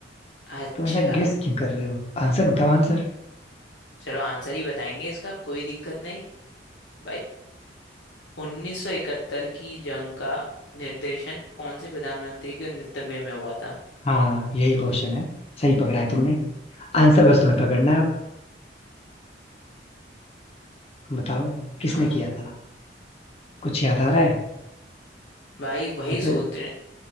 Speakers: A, on the left (about 70°); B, on the left (about 35°).
A: अच्छा
B: तुम ऐसा गेस क्यों कर रहे हो आंसर बताओ आंसर
A: चलो आंसर ही बताएंगे इसका कोई दिक्कत नहीं भाई 1971 की जंग का निर्देशन कौन से प्रधानमंत्री के नेतृत्व में हुआ था
B: हाँ यही क्वेश्चन है सही पकड़ा है तुमने आंसर बस तुम्हें पकड़ना है अब बताओ किसने
A: हाँ,
B: किया था कुछ याद आ रहा है
A: भाई वही
B: या
A: सोच
B: फिर
A: रहे